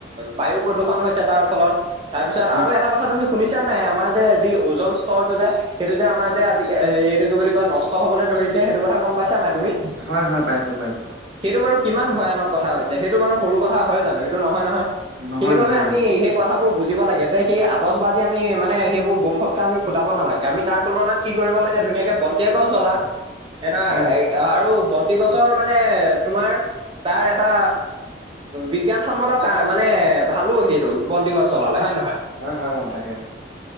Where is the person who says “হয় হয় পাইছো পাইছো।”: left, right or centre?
Right